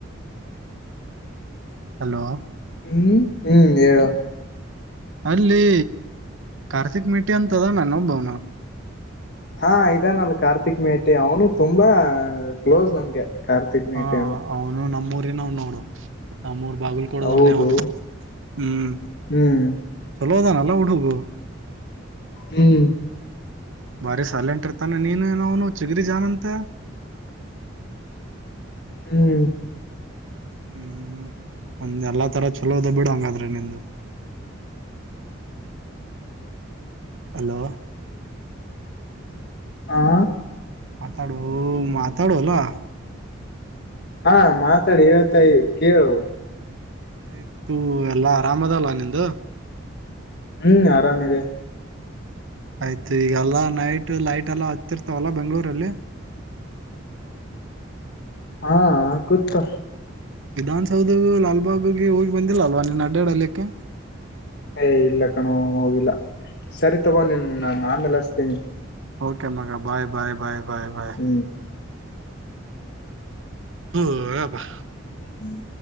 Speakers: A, on the right (about 70°); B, on the left (about 55°).
A: ಹಲೋ
B: ಹ್ಮ್ ಹ್ಮ್ ಹೆಳು
A: ಅಲ್ಲಿ ಕಾರ್ತಿಕ್ ಮೇಠಿ ಅಂತದನ ಇನೋಬ್ಬವನು
B: ಹಾ ಇದಾನಲ್ ಕಾರ್ತಿಕ್ ಮೇಟಿ ಅವನು ತುಂಬಾ ಕ್ಲೋಸ್ ನಮ್ಗೆ ಕಾರ್ತಿಕ್ ಮೇಟಿ
A: ಹಾ ಅವನು ನಮ್ಮೂರಿನ್ ಅವ ನೋಡು ನಮ್ಮೂರ್ ಬಾಗಲಕೋಟ
B: ಹೌದು
A: ದವನೇ ಅವನು ಹ್ಮ್
B: ಹ್ಮ್
A: ಚಲೋದ ನಲ್ಲ ಹುಡುಗಾ
B: ಹ್ಮ್
A: ಬಾರಿ ಸೈಲೆಟ್ ಇರತಾನ್ ನೀನು ಅವನು ಚಿಗರಿ ಜಾನಂತ
B: ಹ್ಮ್
A: ಹ್ಮ್ ಒಂದ್ ಎಲ್ಲಾ ತರ ಚಲೋದ ಬಿಡ ಹಂಗಾದ್ರೆ ನಿಮ್ದ ಹಲೋ
B: ಹಾ
A: ಮಾತಾಡ ಮಾತಾಡಲೋ
B: ಹಾ ಮಾತಾಡಿ ಹೇಳ್ತಾಯ ಕೇಳು.
A: ಆಯ್ತು ಎಲ್ಲಾ ಆರಾಮ ಅದಲ್ಲ ನಿಂದು
B: ಹ್ಮ್ ಆರಾಮಿದೆ
A: ಆಯ್ತು ಈಗಲ್ಲಾ ನೈಟ್ ಲೈಟ್ ಎಲ್ಲ ಹತ್ತಿರ್ತವಲ್ಲ ಬೆಂಗಳೂರಲ್ಲಿ
B: ಹಾ ಆಕೂತ್ತ್
A: ವಿಧಾನಸೌಧಗೂ ಲಾಲ್ಬಾಗ್ಗೆ ಹೋಗಿ ಬಂದಿಲ್ಲ ಅಲ್ವಾ ನಿನ್ನ ಅಡ್ಡಾಡಲಿಕ್ಕೆ
B: ಏ ಇಲ್ಲ ಕಣೋ ಹೋಗಿಲ್ಲಾ ಸರಿ ತಗೋ ನಿನ್ ನಾನು ಆಮೇಲೆ ಹಸ್ತೇನಿ
A: ಓಕೆ ಮಗಾ ಬಾಯ್, ಬಾಯ್, ಬಾಯ್, ಬಾಯ್ ಬಾಯ್.
B: ಹ್ಮ್
A: ಹ್ಮಬಾ
B: ಹ್ಮ್